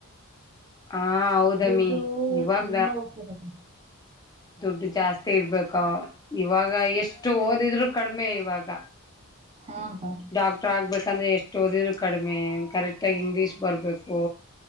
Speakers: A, on the left (about 15°); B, on the right (about 30°).
A: ಹಾ ಹೌದಮ್ಮಿ
B: ದುಡ್ಡು
A: ಇವಾಗ
B: ತುಂಬಾ ಹೋಗ್ತದೆ.
A: ದುಡ್ಡು ಜಾಸ್ತಿ ಇಡ್ಬೇಕ ಇವಾಗ ಎಷ್ಟು ಓದಿದ್ರು ಕಡಿಮೆ ಇವಾಗ.
B: ಹಾ ಹಾ
A: ಡಾಕ್ಟ್ರ ಆಗ್ಬೇಕಂದ್ರೆ ಎಷ್ಟು ಓಡಿದ್ರೂ ಕಡಿಮೆ ಕರೆಕ್ಟಾಗಿ ಇಂಗ್ಲೀಷ್ ಬರ್ಬೇಕು.